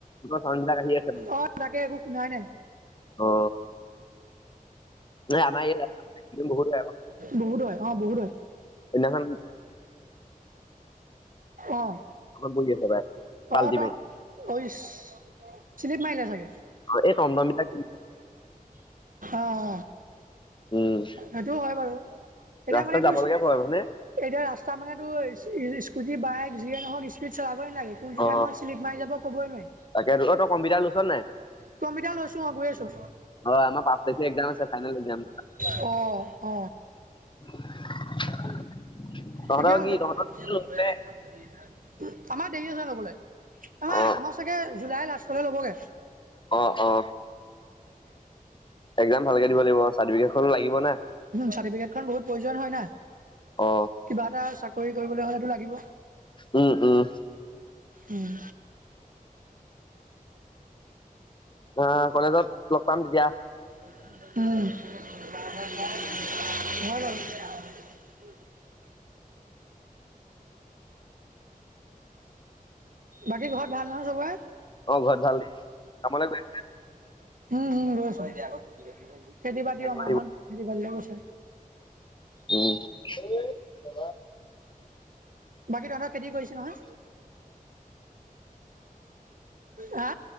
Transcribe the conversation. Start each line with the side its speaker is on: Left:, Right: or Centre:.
Left: চাউণ্ড বিলাক আহি আছে মানে
Right: অ তাকে একো শুনাই নাই।
Left: অ নাই আমাৰ ইয়াত বহুত গায়ক।
Right: বহুত হয় অ বহুত হয়
Left: সেইদিনাখন
Right: আহ
Left: অলপ বহি আছে পাই, পাল্টি
Right: অ ত
Left: মাৰি
Right: অইচ চিলিপ মাৰিলে চাগে
Left: এই টমটম বিলাক
Right: অ‌ অ
Left: উম
Right: সেইটোও হয় বাৰু এতিয়া
Left: ৰাস্তাত
Right: মানে
Left: যাব
Right: তোৰ
Left: লাগে ভয় মানে
Right: এতিয়া ৰাস্তা মানে তোৰ ই স্কুটি বাইক যিয়ে নহওক স্পীড চলাবই নালাগে কোনটো
Left: অ
Right: টাইমত শ্লিপ মাৰি যাব ক'বই নোৱাৰি।
Left: তাকে অ তই কম্পিউটাৰ লৈছ নাই
Right: ত অমিতা লৈছো অ গৈ আছো।
Left: অ আমাৰ পাঁচ তাৰিখে এক্জাম আছে ফাইনেল এক্জাম
Right: অ অ
Left: <unintelligible> তহঁতৰ
Right: ঠিকে আছে
Left: কি
Right: আমাৰ
Left: তহঁতৰ কি লৈছে?
Right: দেৰি আছে জাবলে আমাৰ-আমাৰ
Left: অ
Right: চাগে জুলাই লাষ্টলৈ ল'বগে
Left: অ-অ একজাম ভালকে দিব লাগিব চাৰ্টিফিকেটখন লাগিব না
Right: চাৰ্টিফিকেটখন বহুত প্ৰয়োজন হয় না।
Left: অ
Right: কিবা এটা চাকৰি কৰিবলৈ হলেটো লাগিব
Left: উম উম
Right: উম
Left: আহ কলেজত লগ পাম তেতিয়া।
Right: উম বাকী ঘৰত ভাল নহয় চবৰে
Left: অ ঘৰত ভাল কামলৈ গৈ
Right: উম-উম গৈ আছোঁ। খেতি-বাতি
Left: লাগিব
Right: মাহত খেতি বাতিলে গৈছে।
Left: উম
Right: বাকীতহঁতৰ খেতি কৰিছে নহয় হা!